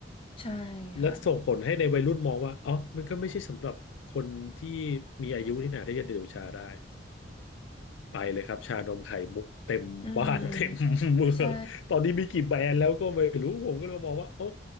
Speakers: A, on the left; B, on the left.
A: ใช่
B: และส่งผลให้ในวัยรุ่นมองว่าอ๋อมันก็ไม่ใช่สำหรับคนที่
A: ค่ะ
B: มีอายุนี่นาที่จะดื่มชาได้ ไปเลยครับชานมไข่มุกเต็มบ้าน
A: อืมใช่
B: <laughs> เต็มเมืองตอนนี้มีกี่แบรนด์แล้วก็ไม่รู้ผมก็เลยมองว่าโอ้